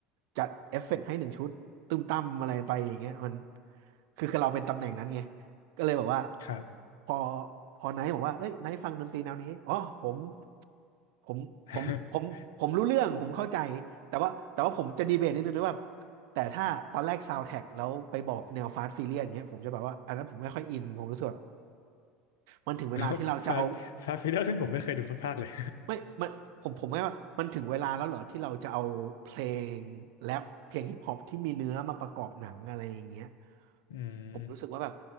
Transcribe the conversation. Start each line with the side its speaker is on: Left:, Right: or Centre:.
Right: จัดเอฟเฟกต์ให้หนึ่งชุดตึมตั้มอะไรไปอย่างเงี้ยมันคือคือเราเป็นตำแหน่งนั้นไงก็เลยบอกว่า
Left: ครับ
Right: พอพอไนท์บอกว่าเอ้ยไนท์ฟังดนตรีแนวนี้อ๋อผม ผมผมผมผมรู้เรื่องผมเข้าใจ
Left: <laughs>
Right: แต่ว่าแต่ว่าผมจะดีเบตนิดนึงด้วยว่าแต่ถ้าตอนแรกซาวด์แท c กแล้วไปบอกแนวฟาสต์ฟิเลียนเงี้ยผมจะแบบว่าอันนั้นผมไม่ค่อยอินผมรู้สึกแบบมันถึงเวลาที่เราจะเอา
Left: <laughs> อ้าวฟาสฟาสฟิลเลอร์ที่ผมไม่เคยดูสักภาคเลย
Right: ไม่มันผมผมไม่ว่ามันถึงเวลาแล้วเหรอที่เราจะเอาเพลงแรปเพลงฮิปฮอปที่มีเนื้อมาประกอบหนังอะไรอย่างเงี้ย
Left: <laughs> อืม
Right: ผมรู้สึกว่าแบบ